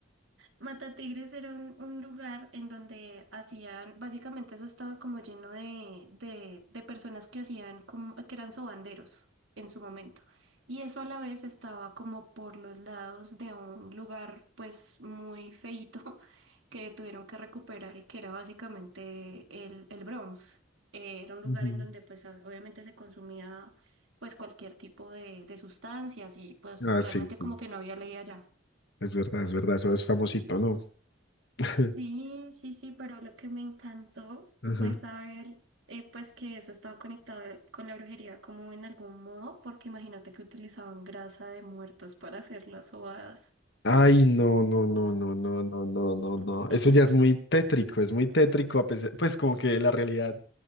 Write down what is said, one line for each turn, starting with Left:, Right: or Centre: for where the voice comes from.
Right: Matatigres era un, un lugar en donde hacían, básicamente eso estaba como lleno de, de, de personas que hacían, como, que eran sobanderos en su momento. Y eso a la vez estaba como por los lados de un lugar pues muy feíto <laughs> que tuvieron que recuperar y que era básicamente el, el Bronx. Eh, era un lugar
Left: Ujú.
Right: en donde pues ob- obviamente se consumía pues cualquier tipo de, de sustancias y pues
Left: Ah,
Right: realmente
Left: sí, sí.
Right: como que no había ley allá.
Left: Es verdad, es verdad. Eso es famosito, ¿no? <laughs>
Right: Sí, sí, sí, pero lo que me encantó
Left: Ajá.
Right: fue saber eh, pues que eso estaba conectado eh, con la brujería como en algún modo, porque imagínate que utilizaban grasa de muertos para hacer las sobadas.
Left: Ay, no, no, no, no, no, no, no, no, no.
Right: <laughs>
Left: Eso ya es muy tétrico, es muy tétrico, a pesar, pues como que la realidad,